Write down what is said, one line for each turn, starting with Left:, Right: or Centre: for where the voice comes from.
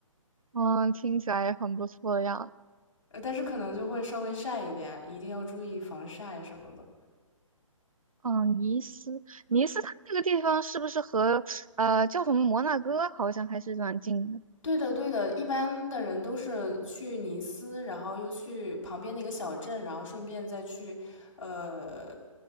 Right: 嗯，听起来也很不错的样子。
Left: 呃，但是可能就会稍微晒一点，一定要注意防晒什么的。
Right: 嗯，尼斯，尼斯它这个地方是不是和呃叫什么摩纳哥好像还是蛮近的？
Left: 对的，对的，一般的人都是去尼斯，然后又去旁边的一个小镇，然后顺便再去，呃，